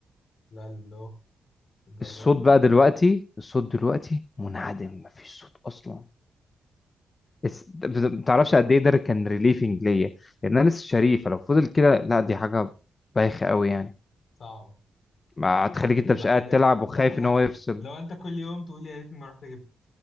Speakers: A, on the left; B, on the left.
A: لا لو الدرجة
B: الصوت
A: دي
B: بقى دلوقتي الصوت دلوقتي منعدم مفيش صوت أصلا اس- ما تعرفش قد ايه ده كان ريليفنج ليا لان انا لسه شريف لو فضل كده لا دي حاجه بايخه قوي يعني
A: صعبة
B: ما هتخليك
A: هتبقى
B: انت مش
A: حاجة
B: قاعد تلعب وخايف
A: هت- ح-
B: ان هو يفصل
A: لو انت كل يوم تقول لي يا ريتني ما رحت جبت